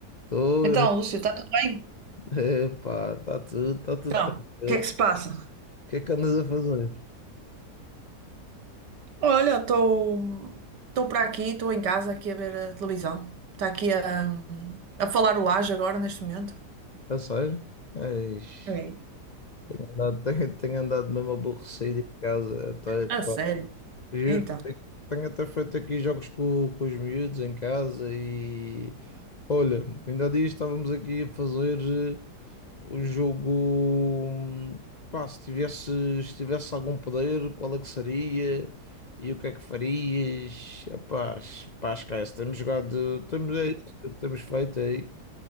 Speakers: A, on the left; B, on the right.
A: Estou,
B: Então,
A: né?
B: Lúcio, está tudo bem?
A: Epá, está tudo, tá tudo
B: Então,
A: tranquilo.
B: o que é que se
A: O
B: passa?
A: que é que andas a fazer?
B: Olha, estou estou para aqui, estou em casa aqui a ver a televisão. Está aqui a, a falar o Laje agora neste momento.
A: A sério? Eis,
B: É
A: tenho, andado tenho- tenho andado mesmo aborrecido em casa. Até, pá,
B: A sério?
A: juro,
B: Então,
A: tenho até feito aqui jogos com, com os miúdos em casa e. Olha, ainda há dias estávamos aqui a fazer. O jogo, hum, pá, se tivesse, se tivesse algum poder, qual é que seria? E o que é que farias? Epá, es- pá, esquece, temos jogado, temos, é isso que temos feito é aí.